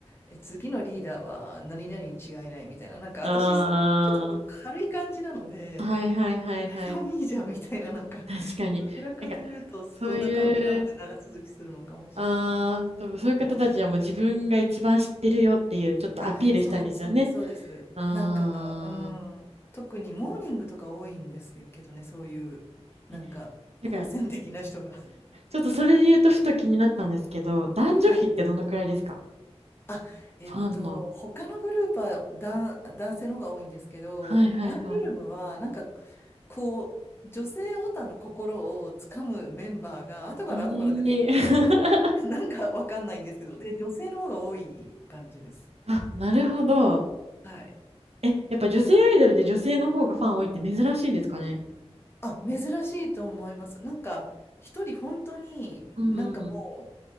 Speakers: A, on the left; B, on the right.
A: え、次のリーダーは何々に違いないみたいな、なんか私、
B: あ
A: ちょっとこう軽い感じなので、
B: あ、はいはいはいはい。
A: 誰でもいいじゃんみたいな、なんか、
B: 確かに。
A: どちらかというと、
B: なんか、
A: そんな感じなので長続きするのかもし
B: そういう、ああ、多分そういう方たちはもう自分が一番知ってるよっていう、
A: れません。
B: ちょっとアピールしたいんですよね。
A: あ、そう、そうです、そうです。
B: ああ。
A: なんか、うん、特にモーニングとか多いんですけどね、そういう、なんか、
B: え
A: 好戦的な人が。
B: だから、
A: <laughs>
B: ちょっとそれで言うとふと気になったんですけど、男女比ってどのくらいですか
A: はい。あ、えっと、
B: ファンの。
A: 他のグループは男、男性の方が多いんですけど、
B: はいはいは
A: アイドルムは、なんか、こう、女性オタの心をつかむメンバーが、後から後から出てくるんですね。
B: い。ええ
A: <laughs> なんかわかんないんですけど、で、女性の方が多い感じです。
B: <laughs> あ、なるほど。
A: はい。
B: え、やっぱ女性アイドルで女性の方がファン多いって珍しいんですかね
A: あ、珍しいと思います。なんか、一人本当に、
B: うんうん。
A: なんかも